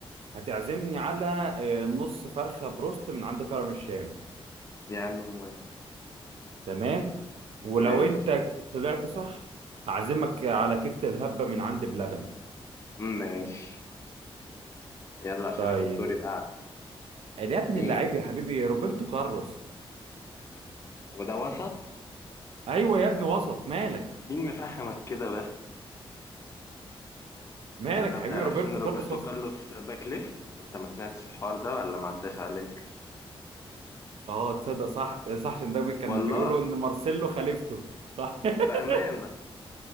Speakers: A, on the right; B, on the left.
A: هتعزمني على آه، نص فرخه بروست من عند كرم الشام
B: يا عم موافق
A: تمام ولو
B: ماشي
A: انت طلعت صح هعزمك على كيكه الهبه من عند بلبن
B: ماشي يلا عشان
A: طيب
B: اخد دوري بعد
A: يا ابن
B: مين
A: اللعيب يا حبيبي يا روبرتو كارلوس
B: وده وسط
A: ايوه يا ابن وسط مالك
B: مين مفهمك كده بس
A: مالك
B: انت
A: يا
B: بتعرفش
A: حبيبي روبرتو
B: ان روبرتو
A: كارلوس وسط.
B: كارلوس باك ليفت انت ما سمعتش الحوار ده ولا ما عداش عليك
A: اه تصدق صح صح عشان ده بي- كان
B: والله
A: بيقولوا ان مارسيلو خليفته صح <laughs>
B: بامانه